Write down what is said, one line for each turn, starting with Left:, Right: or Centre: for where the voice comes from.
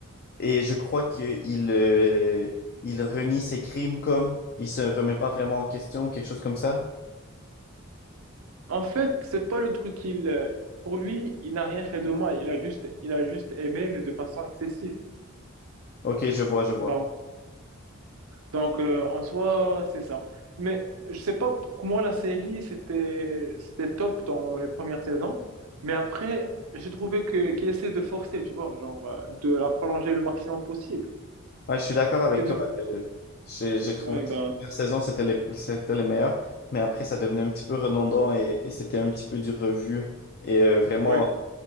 Left: Et je crois qu'il euh, il renie ses crimes comme il se remet pas vraiment en question, quelque chose comme ça.
Right: En fait, c'est pas le truc qu'il. euh, Pour lui, il n'a rien fait de mal. Il a juste, il a juste aimé, mais de façon excessive.
Left: Ok, je vois, je vois.
Right: bon donc euh, en soi, c'est ça. Mais je sais pas, pour moi, la série, c'était, c'était top dans les premières saisons. Mais après, j'ai trouvé que qu'il essaie de forcer, tu vois, genre, euh, de la prolonger le maximum possible.
Left: Ouais, je suis d'accord avec
Right: C'est
Left: toi.
Right: de.
Left: euh, j'ai j'ai trouvé
Right: Ouais,
Left: que
Right: ben.
Left: la première saison, c'était les, c'était les meilleurs, mais après, ça devenait un petit peu redondant et, et c'était un petit peu du revu et euh, vraiment
Right: ouais.